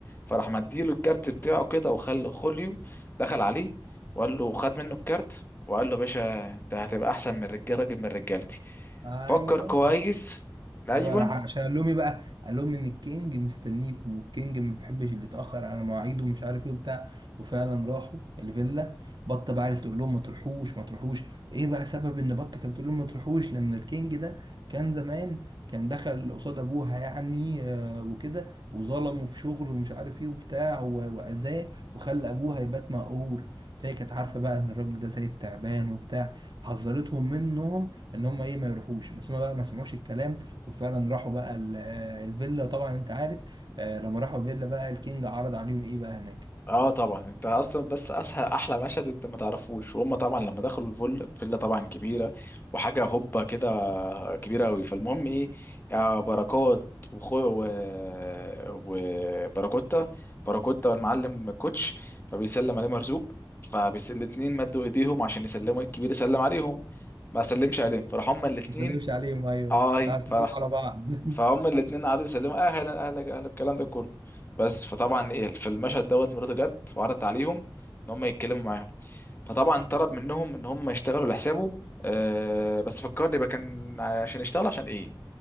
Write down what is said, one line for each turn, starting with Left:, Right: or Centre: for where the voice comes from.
Left: فراح مديله الكارت بتاعه كده وخل خوليو دخل عليه وقال له خد منه الكارت وقال له يا باشا انت هتبقى احسن من رجال راجل من رجالتي
Right: ايوه
Left: فكر كويس ايوه
Right: ايوه راح عشان قال لهم ايه بقى قال لهم ان الكينج مستنيكم والكينج ما بيحبش اللي يتاخر على مواعيده ومش عارف ايه وبتاع وفعلا راحوا الفيلا بطه بقى قعدت تقول لهم ما تروحوش ما تروحوش ايه بقى سبب ان بطه كانت بتقول لهم ما تروحوش لان الكينج ده كان زمان كان دخل قصاد ابوها يعني آه، وكده وظلمه في شغله ومش عارف ايه وبتاع و- واذاه وخلى ابوها يبات مقهور فهي كانت عارفه بقى ان الراجل ده زي التعبان وبتاع حذرتهم منهم ان هم ايه ما يروحوش بس هم بقى ما سمعوش الكلام وفعلا راحوا بقى ال- آه، الفيلا طبعا انت عارف آه، لما راحوا الفيلا بقى الكينج عرض عليهم ايه بقى هناك
Left: اه طبعا انت اصلا بس اسهل احلى مشهد انت ما تعرفوش وهم طبعا لما دخلوا الفل فيلا طبعا كبيره وحاجه هوبا كده كبيره قوي فالمهم ايه يا بركات وخو و... وباراكوتا باراكوتا والمعلم كوتش فبيسلم عليه مرزوق فبيس الاتنين مدوا ايديهم عشان يسلموا الكبير يسلم عليهم ما سلمش عليه فراح هما الاتنين
Right: ما سلمش عليهم ايوه
Left: آه، اي
Right: راح سلموا
Left: فرح
Right: على بعض <laughs>
Left: فهم الاتنين قعدوا يسلموا اهلا اهلا اهلا الكلام ده كله بس فطبعا ايه في المشهد دوت مراته جت وعرضت عليهم ان هم يتكلموا معاهم فطبعا طلب منهم ان هم يشتغلوا لحسابه آه بس فكرني بقى كان عشان يشتغل عشان ايه